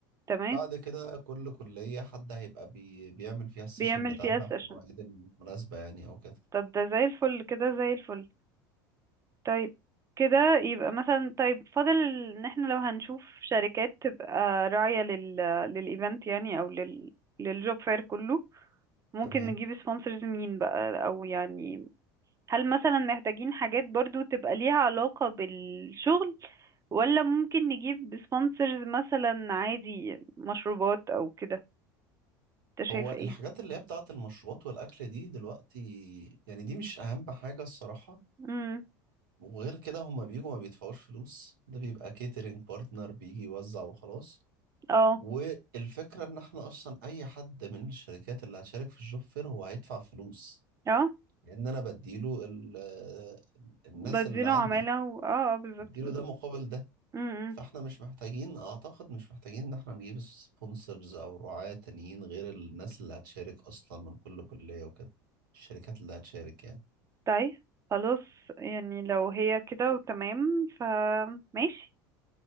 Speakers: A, on the right; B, on the right.
A: تمام
B: بعد كده كل كلية حد هيبقى بي... بيعمل فيها السيشن
A: بيعمل
B: بتاعها
A: فيها
B: في
A: سيشن
B: المواعيد المناسبة يعني أو كده
A: طب ده زي الفل كده زي الفل طيب كده يبقى مثلا طيب فاضل ان احنا لو هنشوف شركات تبقى راعية لل للايفنت يعني او لل للجوب فاير كله ممكن
B: تمام
A: نجيب سبونسرز مين بقى او يعني هل مثلا محتاجين حاجات برضو تبقى ليها علاقة بالشغل ولا ممكن نجيب سبونسرز مثلا عادي مشروبات او كده انت
B: هو
A: شايف ايه
B: الحاجات اللي هي بتاعة المشروبات والأكل دي دلوقتي يعني دي مش أهم حاجة الصراحة
A: امم
B: وغير كده هما بيجوا ما بيدفعوش فلوس ده بيبقى كيترينج بارتنر بيجي يوزع وخلاص
A: اه
B: والفكرة ان احنا اصلا اي حد من الشركات اللي هتشارك في الجوب فير هو هيدفع فلوس
A: اه
B: لان انا بديله ال الناس
A: بديله
B: اللي عندي
A: عمالة و... اه اه بالظبط
B: بديله ده مقابل ده
A: بالظبط
B: فاحنا مش محتاجين اعتقد مش محتاجين ان احنا نجيب سبونسرز او رعاة تانيين غير الناس اللي هتشارك اصلا من كل كلية وكده الشركات اللي هتشارك يعني
A: طيب خلاص يعني لو هي كده وتمام فماشي